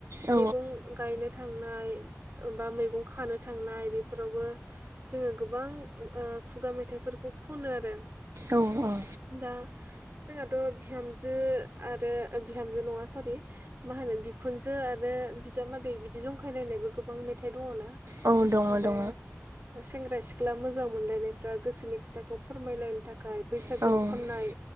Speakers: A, on the right; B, on the right.
A: उम औ
B: मैगं गायनो थांनाय बा मैगं खानो थांनाय बेफोरावबो जोङो गोबां ओ खुगा मेथाइफोरखौ खनो आरो
A: औ औ
B: दा जोंहाथ' बिहामजो आरो ओ बिहामजो नङा सरि मा होनो बिखुनजो आरो बिजामादै बिदि जंखायलायनायबो गोबां मेथाइ दङना
A: औ
B: आरो सेंग्रा सिख्ला मोजां मोनलायनायफ्रा गोसोनि खोथाखौ फोरमायलायनो थाखाय बैसागुआव
A: ओ औ
B: खननाय